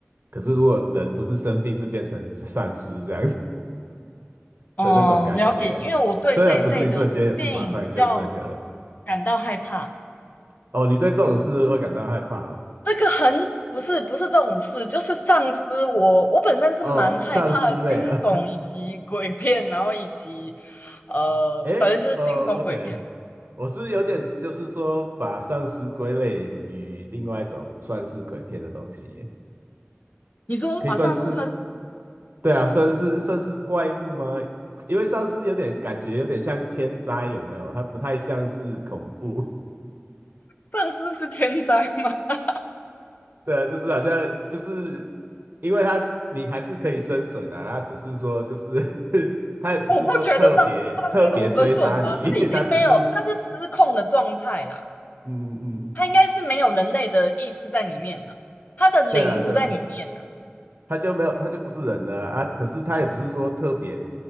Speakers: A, on the right; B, on the left.
A: 可是如果人不是生病，是变成丧尸这样子
B: 哦，
A: 的那种感觉，
B: 了解，因为我对这一类的电影比较
A: 虽然不是一瞬间，也是马上就这个。
B: 感到害怕。
A: 哦，你对这种事会感到害怕哦？
B: 这个很不是不是这种事，就是丧尸我。我本身是蛮害怕惊悚以及鬼片，
A: 哦，丧尸类啊，
B: 然后以及呃，
A: <laughs> 诶，
B: 反正就是惊悚鬼片。
A: 哦，OK，我是有点就是说把丧尸归类于另外一种不算是鬼片的东西，
B: 你说把丧尸分，
A: 可以算是，对啊，算是算是怪物吗？因为丧尸有点感觉有点像天灾，有没有？它不太像是恐怖，
B: 丧尸是天灾吗？
A: 对啊，就是好像就是因为它你还是可以生存啊，它只是说就是 <laughs>
B: <laughs>
A: 它也不是说特别特别追杀你，
B: 我不觉得丧尸算是一种生存吧，它已经没有，
A: <laughs> 它只是
B: 它是失控的状态啦，
A: 嗯嗯，嗯
B: 它应该是没有人类的意识在里面的，它的灵不在里面啦。
A: 对啊对啊他就没有，他就不是人了啊。啊可是他也不是说特别